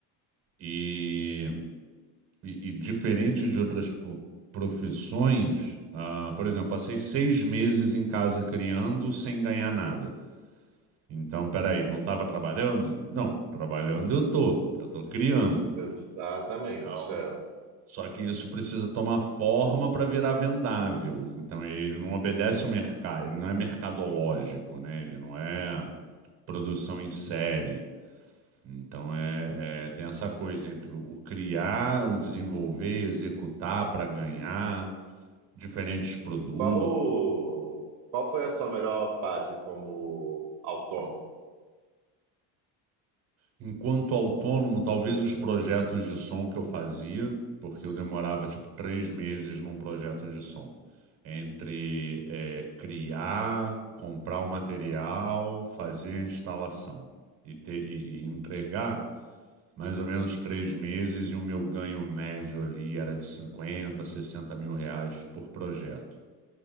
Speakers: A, on the right (about 40°); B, on the right (about 55°).
A: E, e, e diferente de outras po- profissões, ah, por exemplo, passei seis meses em casa criando sem ganhar nada. Então, peraí, não estava trabalhando? Não, trabalhando eu tô, eu tô criando.
B: exatamente.
A: Então,
B: é.
A: só que isso precisa tomar forma para virar vendável. Então, ele não obedece o mercado,
B: Ah.
A: ele não é mercadológico, né? Ele não é produção em série. Então é, é- tem essa coisa entre o criar, o desenvolver, executar para ganhar diferentes produtos.
B: Qual, qual foi a sua melhor fase como autônomo?
A: Enquanto autônomo, talvez os projetos de som que eu fazia, porque eu demorava tipo três meses num projeto de som. Entre é, criar, comprar o material, fazer a instalação e, ter, e e entregar mais ou menos três meses e o meu ganho médio ali era de 50 60 mil reais por projeto.